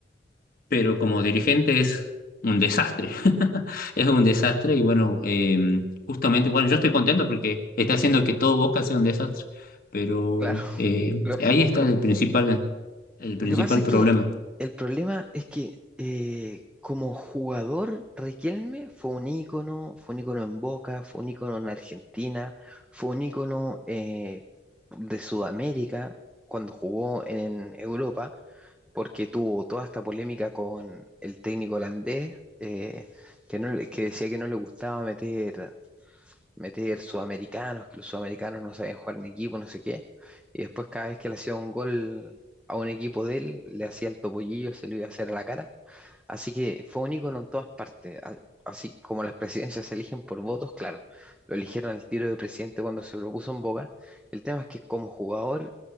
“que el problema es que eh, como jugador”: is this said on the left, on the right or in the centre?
Centre